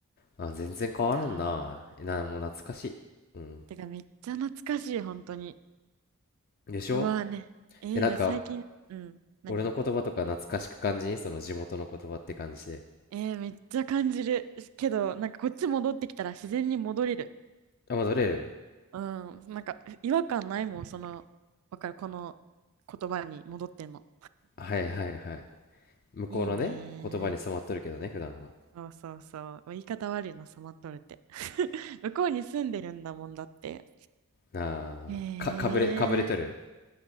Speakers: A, on the left (about 45°); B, on the right (about 75°).
A: あ、全然変わらんな。
B: いやー。
A: な、もう懐かしい。うん
B: てかめっちゃ懐かしい、本当に。
A: でしょ
B: うわーね。えー、
A: え、なんか、
B: じゃあ最近、うん、何
A: 俺の言葉とか懐かしく感じんその地元の言葉って感じで。
B: えー、めっちゃ感じるけど、なんかこっち戻ってきたら自然に戻れる。
A: あ、戻れる
B: うん、なんか違和感ないもん、その、わかる、この言葉に戻っても。
A: はいはいはい。向こうのね、
B: いいねー。
A: 言葉に染まっとるけどね、普段は。
B: そうそうそう。言い方悪いな、染まっとるって。<laughs> 向こうに住んでるんだもんだって。
A: あー、
B: えー、
A: か、かぶれ、かぶれとる